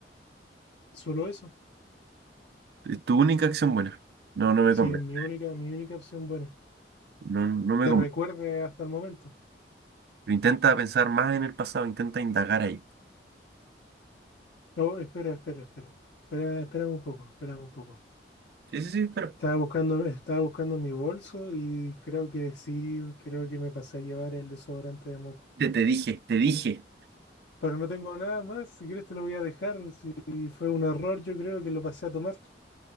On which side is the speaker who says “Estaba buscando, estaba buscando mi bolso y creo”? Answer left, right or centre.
Left